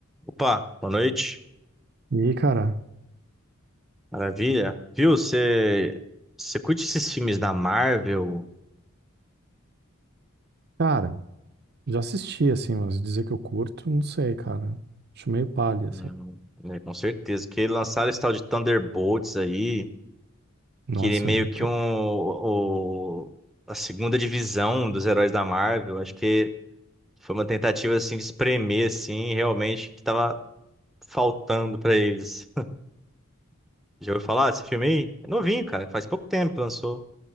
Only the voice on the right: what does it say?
E, cara,
cara, já assisti, assim, mas dizer que eu curto, não sei, cara. Acho meio palha,
assim.
Nossa,
mano,
que...